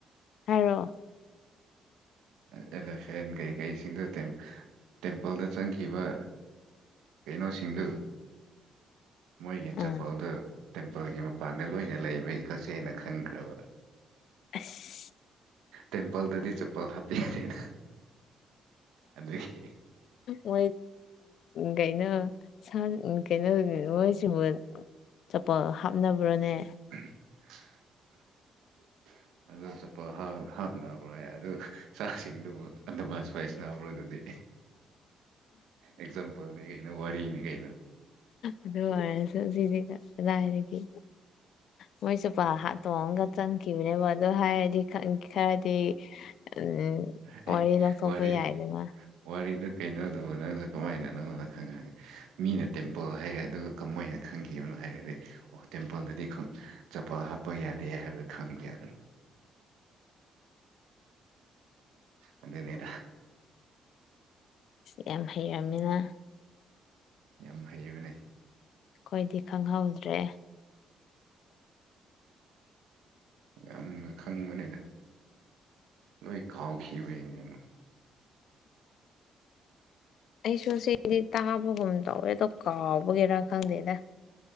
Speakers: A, on the left (about 70°); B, on the right (about 90°).
A: ꯍꯥꯏꯔꯣ
B: ꯑꯦꯂꯐꯦꯟ ꯀꯩꯀꯩꯁꯤꯡꯗꯣ ꯇꯦꯝ ꯇꯦꯝꯄꯜꯗ ꯆꯪꯈꯤꯕ ꯀꯩꯅꯣ ꯁꯤꯡꯗꯨ ꯃꯣꯏꯒꯤ ꯆꯄꯜꯗꯨ
A: ꯑꯥ
B: ꯇꯦꯝꯄꯜꯒꯤ ꯃꯄꯥꯟꯗ ꯂꯣꯏꯅ ꯂꯩꯕꯩ ꯀꯛꯆꯦꯡꯅ ꯈꯪꯈ꯭ꯔꯕ
A: ꯑꯁ
B: ꯇꯦꯝꯄꯜꯗꯗꯤ ꯆꯞꯄꯜ ꯍꯥꯞꯄꯤꯗꯦꯅ ꯑꯗꯨꯒꯤ
A: ꯃꯣꯏ ꯒꯩꯅꯣ ꯁꯥ ꯀꯩꯅꯣ ꯃꯣꯏꯁꯤꯕꯨ ꯆꯄꯜ ꯍꯥꯞꯅꯕ꯭ꯔꯣꯅꯦ
B: <unintelligible> ꯑꯗꯨ ꯆꯠꯄꯜ ꯍꯥꯞꯅꯕ꯭ꯔꯥꯑ ꯑꯗꯨ ꯆꯥꯛꯁꯤꯡꯗꯨꯕꯨ ꯑꯗꯨꯃꯁꯨ ꯁ꯭ꯋꯥꯏꯁ ꯅꯥꯕ꯭ꯔꯣ ꯑꯗꯨꯗꯤ ꯑꯦꯛꯖꯥꯝꯄꯜꯅꯤ ꯀꯩꯅꯣ ꯋꯥꯔꯤꯅꯤ ꯀꯩꯅꯣ
A: ꯑꯗꯨ ꯑꯣꯏꯔꯁꯨ ꯁꯤꯗꯤ ꯀꯗꯥꯏꯗꯒꯤ ꯃꯣꯏꯁꯨ ꯄꯍꯥ ꯇꯣꯡꯉꯒ ꯆꯪꯈꯤꯕꯅꯦꯕ ꯑꯗꯨ ꯍꯥꯏꯔꯗꯤ ꯈꯔꯗꯤ ꯎ
B: ꯑꯦ
A: ꯋꯥꯔꯤ ꯂꯧꯊꯣꯛꯄ
B: ꯋꯥꯔꯤ
A: ꯌꯥꯏꯗꯅ
B: ꯋꯥꯔꯤꯗꯨ ꯀꯩꯅꯣꯗꯨꯕꯨ ꯅꯪꯁꯨ ꯀꯃꯥꯏꯅ ꯅꯪꯉꯣꯡꯗ ꯈꯪꯉ ꯃꯤꯅ ꯇꯦꯝꯄꯜ ꯍꯥꯏꯔꯦ ꯑꯗꯨꯒ ꯃꫭꯏꯅ ꯈꯪꯈꯤꯕꯅꯣ ꯍꯥꯏꯔꯛꯑꯦ ꯑꯣ ꯇꯦꯝꯄꯜꯗꯗꯤ ꯆꯄꯜ ꯍꯥꯞꯄ ꯌꯥꯗꯦ ꯍꯥꯏꯕꯗꯣ ꯈꯪꯗꯦ ꯑꯗꯨ ꯑꯗꯨꯅꯦꯗ
A: ꯌꯥꯝ ꯍꯩꯔꯝꯃꯤꯅ
B: ꯌꯥꯝ ꯍꯩꯕꯅꯦ
A: ꯑꯩꯈꯣꯏꯗꯤ ꯈꯪꯍꯧꯗ꯭ꯔꯦ
B: ꯌꯥꯝꯅ ꯈꯪꯕꯅꯤꯗ ꯂꯣꯏ ꯀꯥꯎ ꯈꯤꯕꯩꯅꯦ ꯑꯃꯨꯛ
A: ꯑꯩꯁꯨ ꯁꯤꯗꯤ ꯇꯥꯕꯒꯨꯝ ꯇꯧꯋꯦ ꯑꯗꯣ ꯀꯥꯎꯕꯒꯤꯔꯥ ꯈꯪꯗꯦꯗ